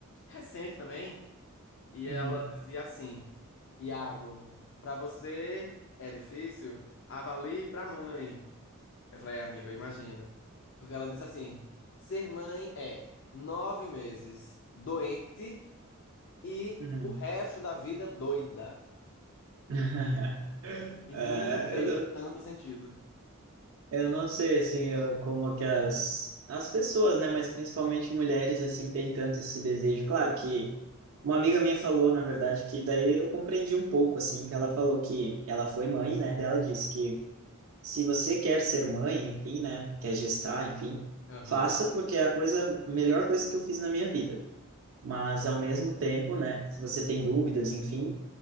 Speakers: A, on the left (about 60°); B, on the right (about 65°).
A: recente também. E
B: uhum,
A: ela dizia assim: Iago, pra você é difícil? Avalie pra mãe. Eu falei, amigo, eu imagino. Porque ela disse assim: ser mãe é nove meses doente e
B: uhum.
A: o resto da vida doida.
B: <laughs>
A: E nunca
B: É,
A: fez
B: eu não,
A: tanto sentido.
B: eu não sei assim eu- como que as, as pessoas, né? Mas principalmente mulheres assim têm tanto esse desejo. Claro que uma amiga minha falou, na verdade, que daí eu compreendi um pouco assim, que ela falou que ela foi mãe, né? Daí Ela disse que se você quer ser mãe, enfim, né, quer gestar, enfim,
A: Aham,
B: faça porque é a coisa, a melhor coisa que eu fiz na minha vida. Mas ao mesmo tempo, né, se você tem dúvidas, enfim,